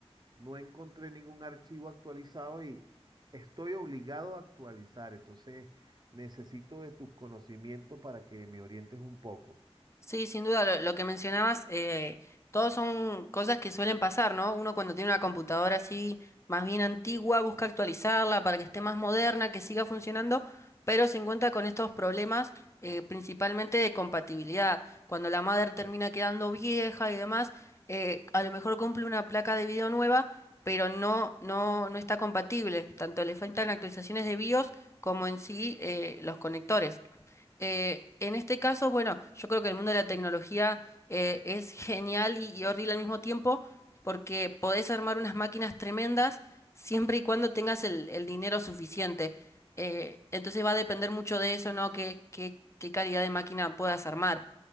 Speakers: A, on the right (about 40°); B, on the left (about 25°).
A: no encontré ningún archivo actualizado y estoy obligado a actualizar. Entonces, necesito de tus conocimientos para que me orientes un poco.
B: Sí, sin duda, lo, lo que mencionabas, eh, todos son cosas que suelen pasar, ¿no? Uno cuando tiene una computadora así más bien antigua, busca actualizarla para que esté más moderna, que siga funcionando, pero se encuentra con estos problemas eh, principalmente de compatibilidad. Cuando la madre termina quedando vieja y demás, eh, a lo mejor cumple una placa de video nueva, pero no, no, no está compatible. Tanto le faltan actualizaciones de BIOS como en sí eh, los conectores. Eh, en este caso, bueno, yo creo que el mundo de la tecnología eh, es genial y, y horrible al mismo tiempo, porque podés armar unas máquinas tremendas siempre y cuando tengas el, el dinero suficiente. Eh, entonces va a depender mucho de eso, ¿no? ¿Qué, qué, qué calidad de máquina puedas armar?